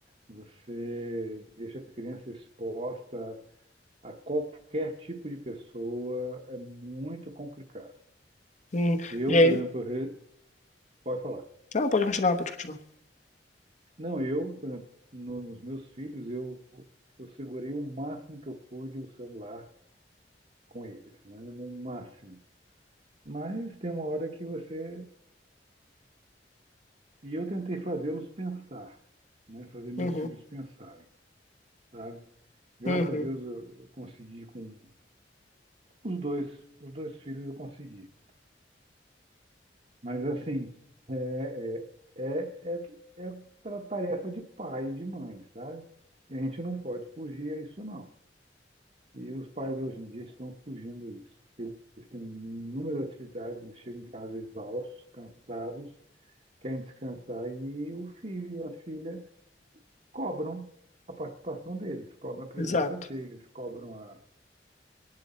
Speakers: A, on the right; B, on the left.
A: você deixa a criança exposta a qualquer tipo de pessoa, é muito complicado.
B: Hum,
A: Eu,
B: e aí?
A: por exemplo, eu re- pode falar.
B: Não, pode continuar, pode continuar.
A: Não, eu, por exemplo, no- nos meus filhos, eu, eu segurei o máximo que eu pude o celular com eles, né? No máximo. Mas tem uma hora que você. E eu tentei fazê-los pensar, né? Fazer meus
B: Uhum,
A: filhos pensarem, sabe? Graças
B: uhum,
A: a Deus eu consegui com os dois, os dois filhos eu consegui. Mas assim, é, é, é tra- tarefa de pai e de mãe, sabe? E a gente não pode fugir a isso, não. E os pais hoje em dia estão fugindo disso. Eles têm inúmeras atividades, eles chegam em casa exaustos, cansados, querem descansar e o filho e a filha cobram a participação deles, cobram a presença
B: exato.
A: deles, cobram a.